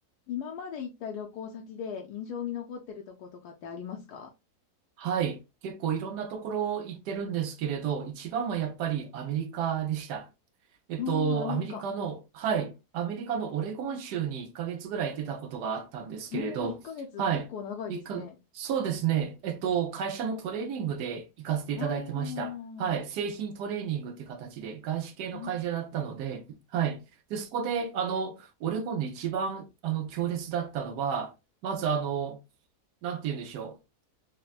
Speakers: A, on the left (about 80°); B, on the right (about 85°).
A: 今まで行った旅行先で印象に残ってるとことかってありますか
B: はい。結構いろんなところ行ってるんですけれど、一番はやっぱりアメリカでした。えっと、
A: おー、アメリカ。
B: アメリカの、はい。アメリカのオレゴン州に1ヶ月ぐらい出たことがあったんですけれど、
A: おー、1ヶ月結構長いですね。
B: はい。一か、そうですね。えっと、会社のトレーニングで行かせていただいてました。
A: あー、
B: はい。製品トレーニングっていう形で、外資系の会社だったので、
A: うん。
B: はい。で、そこで、あの、オレゴンで一番、あの、強烈だったのは、まずあの、なんて言うんでしょう。